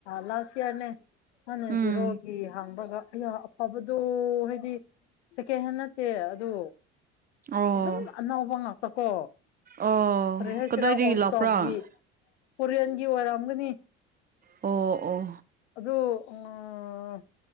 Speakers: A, on the left; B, on the right.
A: ꯂꯥꯁ ꯏꯌꯥꯔꯅꯦ ꯃꯥꯟꯅ
B: ꯎꯝ
A: ꯖꯤꯔꯣꯒꯤ ꯍꯥꯡꯕꯒ ꯑꯩꯌꯥ ꯑꯐꯕꯗꯣ ꯍꯥꯏꯗꯤ ꯁꯦꯀꯦꯟ ꯍꯦꯟ ꯅꯠꯇꯦ ꯑꯗꯨ
B: ꯑꯣ
A: ꯑꯗꯨꯝ ꯑꯅꯧꯕ ꯉꯥꯛꯇ ꯀꯣ
B: ꯑꯣ
A: ꯐꯣꯔꯦ ꯍꯥꯏꯁꯤꯔꯥ
B: ꯀꯗꯥꯏꯗꯒꯤ
A: ꯑꯣꯁꯇꯣꯛꯒꯤ
B: ꯂꯥꯛꯄ꯭ꯔꯥ
A: ꯎꯔ‌ꯦꯟꯒꯤ ꯑꯣꯏꯔꯑꯝꯒꯅꯤ
B: ꯑꯣ ꯑꯣ
A: ꯑꯗꯨꯗ ꯑꯥ